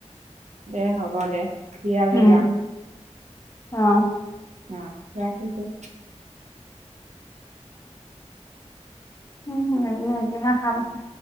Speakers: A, on the right; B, on the left.
A: দে হ'ব দে বিয়ালৈ
B: উম অ
A: হ ৰাখিছো
B: উম হমতিয়া হা খ বছা